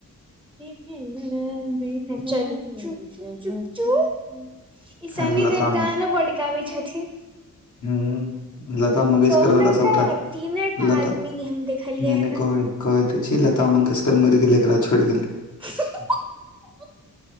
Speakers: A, in the centre; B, on the left.
A: चलु चुप चुप चुप चुप ईशनी
B: अरे लतामा
A: देव गानो बड् गाबै छथिन
B: ह लता
A: कहलौं
B: मंगेशकर वला सबटा
A: तऽ तीने टा
B: लता
A: आदमी
B: नहि
A: के हम देखलियै
B: नहि
A: एना
B: कहै कहै ते छी लता मंगेशकर मरि गेलै एकरा छोड़ि गेलै
A: <unintelligible>